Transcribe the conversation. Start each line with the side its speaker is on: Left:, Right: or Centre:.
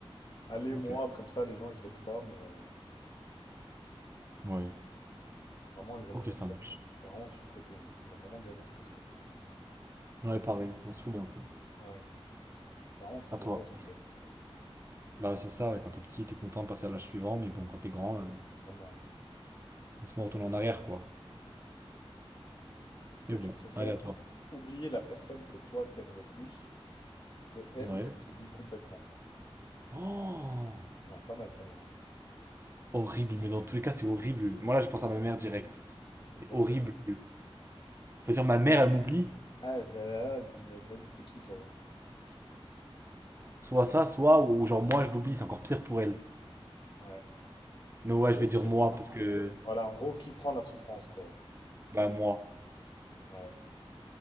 Left: Allez,
Right: ok.
Left: moi, comme ça, les gens, ils se vexent pas, mais euh,
Right: Ouais,
Left: vraiment, les anniversaires,
Right: ok, ça marche.
Left: c'est vraiment surcoté, hein. Ça m'a vraiment gavé ce concept.
Right: Ouais, pareil, ça m'a saoulé un peu.
Left: Ouais, c'est vraiment un truc
Right: À
Left: de
Right: toi.
Left: gosse, en fait.
Right: Bah, c'est ça, ouais, quand t'es petit, t'es content de passer à l'âge suivant, mais bon, quand t'es grand, euh,
Left: Vraiment. hein.
Right: laisse-moi retourner en arrière, quoi.
Left: Est-ce que
Right: Mais
Left: tu
Right: bon,
Left: préfères
Right: allez à toi.
Left: oublier la personne que toi, t'aimes le plus ou que elle,
Right: Ouais.
Left: elle t'oublie complètement?
Right: Oh!
Left: Ah, pas mal celle-là. hein.
Right: Horrible, mais dans tous les cas, c'est horrible. Moi, là,
Left: Exactement.
Right: je pense à ma mère direct.
Left: Exactement.
Right: Mais horrible. C'est-à-dire, ma mère, elle m'oublie.
Left: Ah, celle-là, elle dit, mais vas-y, t'es qui, toi?
Right: Soit ça, soit, ou genre, moi, je l'oublie, c'est encore pire pour elle.
Left: Ouais.
Right: non
Left: En
Right: ouais,
Left: gros,
Right: je vais dire
Left: ok,
Right: moi, parce que,
Left: Voilà, en gros, qui prend la souffrance, quoi.
Right: bah, moi.
Left: Ouais,